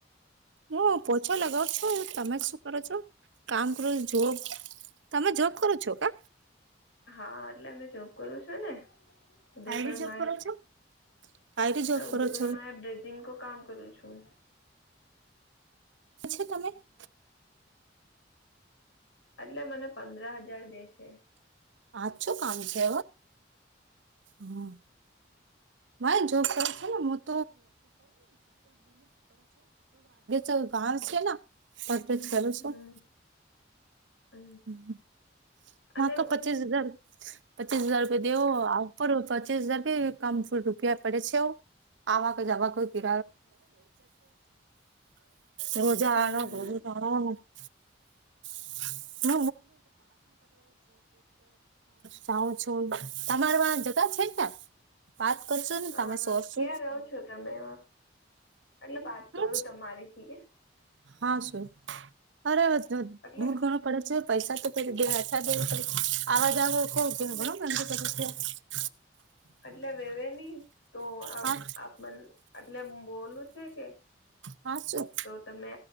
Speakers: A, on the right (about 75°); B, on the left (about 75°).
A: હું પોછો લગાવ છો તમે શું કરો છો કામ કરો છો જો તમે જોબ કરો છો કે?
B: હા એટલે અમે જોબ કરું છે ને. ઉદયપ
A: કાયરી
B: માય
A: જોબ કરો છો? કાયરી
B: હ
A: જોબ
B: ઉદયપ
A: કરો છો?
B: માય બજિંગ કો કામ કરું છું.
A: છે, તમે
B: એટલે મને પંદર હજાર દે છે.
A: આજ છો કામ છે હમ મા જોબ કર છો ને હું તો એ <unintelligible> બહાર સેના
B: હમ
A: <inaudible>
B: હમ
A: <inaudible>
B: અને
A: પચીસ હજાર પચીસ હજાર રૂપિયા દવો આવ ઉપ પચીસ હજાર <inaudible> આવા કે જવા કોઈ <inaudible> રોજા
B: હમ
A: <inaudible> <inaudible> હ જાઉ છો તમારમાં જગા છે <unintelligible> વાત કરશો ને
B: અ
A: તમે સોરશો
B: ક્યાં રહો છો તમે? એટલે વાત કરું
A: હમ
B: તમારી થીક યે.
A: <inaudible>
B: એટલે
A: <unintelligible>
B: એટલે એટલે <unintelligible> તો
A: હા
B: આપ મન એટલે બોલું છે કે.
A: હા શું
B: તો તમે